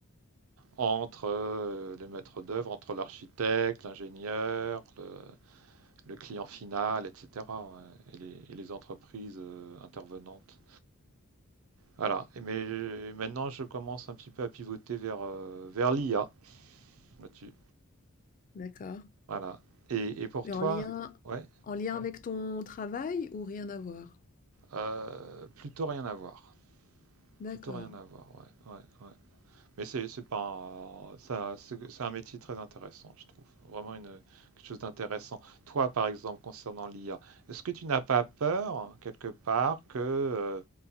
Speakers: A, on the right; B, on the left.
A: entre euh, les maîtres d'œuvre, entre l'architecte, l'ingénieur, le- le client final, etc. et, les, et les entreprises euh, intervenantes. Voilà. mais maintenant, je commence un petit peu à pivoter vers, euh, vers l'IA là-dessus.
B: D'accord.
A: Voilà. Et, et, pour
B: Mais
A: toi,
B: en lien,
A: ouais,
B: en lien Ouais. avec ton travail ou rien à voir?
A: euh, plutôt rien à voir.
B: D'accord.
A: Plutôt rien à voir, ouais, ouais, ouais. Mais c'est pas un, ça, c'est un métier très intéressant, je trouve. Vraiment une, quelque chose d'intéressant. Toi, par exemple, concernant l'IA, est-ce que tu n'as pas peur, quelque part, que euh,